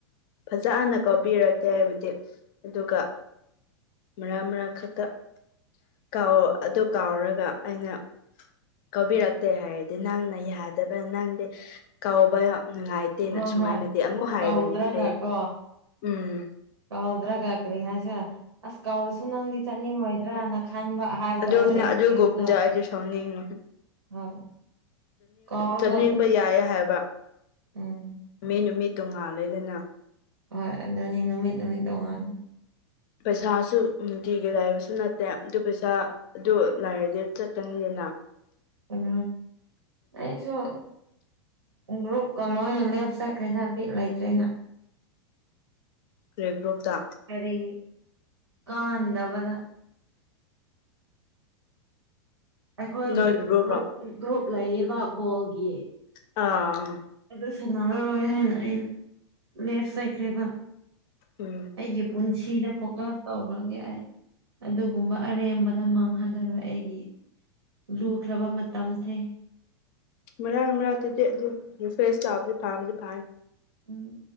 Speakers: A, on the left; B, on the right.
A: ꯐꯖ ꯍꯅ ꯀꯥꯎꯕꯤꯔꯀꯦ ꯍꯥꯏꯕꯗꯤ ꯑꯗꯨꯒ ꯃꯔꯥ ꯃꯔꯥꯡ ꯈꯛꯇ ꯀꯥꯎ ꯑꯗꯨ ꯀꯥꯎꯔꯒ ꯑꯩꯅ ꯀꯧꯕꯥꯎꯤꯔꯛꯇꯦ ꯍꯥꯏꯔꯗꯤ ꯅꯪꯅ ꯌꯥꯗꯕ ꯅꯪꯗꯤ ꯀ ꯅꯨꯡꯉꯥꯏꯇꯦ ꯅꯠꯇꯦꯅ
B: ꯍꯣꯏ
A: ꯁꯨꯃꯥꯏꯅꯗꯤ
B: ꯍꯣꯏ
A: ꯑꯃꯨꯛ ꯍꯥꯏꯔꯒꯅꯤ
B: ꯀꯧꯗ꯭ꯔꯒ
A: ꯑꯩ
B: ꯀꯣ
A: ꯎꯝ
B: ꯀꯧꯗ꯭ꯔꯒ ꯀꯔꯤ ꯍꯥꯏꯁꯦ ꯑꯁ ꯀꯧꯔꯁꯨ ꯅꯪꯗꯤ ꯆꯠꯅꯤꯡꯉꯣꯏꯗ꯭ꯔꯅ ꯈꯟꯕ ꯍꯥꯏꯕꯗꯣ
A: ꯑꯗꯨ
B: ꯑꯦꯛꯁꯀ꯭ꯌꯨꯁꯇꯣ
A: ꯑꯗꯨꯒꯣꯝꯗ ꯑꯩ ꯁꯥꯎꯅꯤꯡ
B: ꯍꯣꯏ ꯀꯧꯔꯒ
A: ꯆꯥꯅꯤꯡꯕ ꯌꯥꯏꯌꯦ ꯍꯥꯏꯕ
B: ꯎꯝ
A: ꯃꯤ ꯅꯨꯃꯤ ꯇꯣꯉꯥꯜ ꯂꯩꯗꯅ
B: ꯍꯣꯏ ꯑꯗꯨꯅꯤ ꯅꯨꯃꯤꯠ ꯅꯨꯃꯤꯠ ꯇꯣꯡꯉꯥꯅꯤ
A: ꯄꯩꯁꯥꯁꯨ ꯅꯨꯡꯇꯤꯒꯤ ꯂꯥꯏꯕꯁꯨ ꯅꯠꯇꯦ ꯑꯗꯨ ꯄꯩꯁꯥ ꯑꯗꯨꯣ ꯅꯅꯥꯔꯗꯦ ꯆꯠꯀꯅꯤꯡꯗꯦꯅ
B: ꯎꯝ ꯑꯩꯁꯨꯣ ꯒ꯭ꯔꯨꯞꯀ ꯂꯣꯏꯅ ꯂꯦꯞ ꯁꯥꯏꯠꯈꯩꯗ ꯕꯤꯠ ꯂꯩꯇ꯭ꯔꯦꯅ
A: ꯔꯔꯤꯒ꯭ꯔꯨꯞꯇ
B: ꯔꯤ ꯀꯥꯗ ꯄ ꯑꯩꯈꯣꯏ꯭ꯔꯨꯞ
A: ꯅꯣꯏꯒꯤ ꯒ꯭ꯔꯨꯞꯔꯣ
B: ꯒ꯭ꯔꯨꯞ ꯂꯩꯔꯤꯕ ꯕꯣꯜꯒꯤ
A: ꯑꯥ ꯑꯥ
B: ꯑꯗꯨ ꯁꯥꯟꯅꯔꯔꯣꯏ ꯍꯥꯏꯅ ꯑꯩ ꯂꯦꯐ ꯆꯩꯈ꯭ꯔꯦꯔꯤꯕ
A: ꯎꯝ
B: ꯑꯩꯒꯤ ꯄꯨꯟꯁꯤꯗ ꯐꯣꯀꯁ ꯇꯧꯈꯒꯦ ꯑꯩ <inaudible> finh ꯑꯗꯨꯒꯨꯝꯕ ꯑꯔꯦꯝꯕꯗ ꯃꯥꯡꯍꯜꯂꯔꯣꯏ ꯑꯩꯒꯤ ꯂꯨꯈ꯭ꯔꯕ ꯃꯇꯝꯁꯦ
A: ꯃꯔꯥꯡ ꯃꯔꯅꯥꯛꯇꯗꯤ ꯑꯗꯨ ꯐꯦꯁ ꯆꯥꯕꯗꯤ ꯐꯥꯝꯗꯤ ꯐꯥꯏ
B: ꯎꯝ